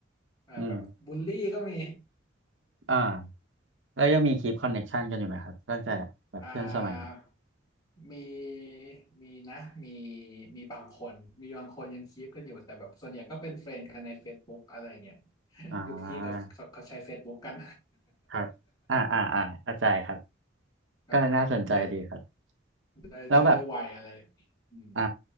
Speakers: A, on the left; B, on the right.
A: อ่าแบบบูลลี่ก็มี
B: อืมอ่าแล้วยังมีคีปคอนเน็กชันกันอยู่ไหมครับตั้งแต่แบบเพื่อนสมัย
A: อ่ามีมีนะมีมีบางคนมีบางคนยังคีปกันอยู่แต่แบบส่วนใหญ่ก็เป็นเฟรนด์กันใน Facebook อะไรเงี้ย <laughs>
B: อ่า
A: ยุคพี่เขาเขาเขาใช้ Facebook กัน
B: ครับอ่าอ่าอ่าเข้าใจครับ
A: <laughs> แบบแบบได้
B: ก็น่าสนใจดีครับ
A: ได้ได้ได้ไวอะไรอย่างงี้อืม
B: แล้วแบบอ่า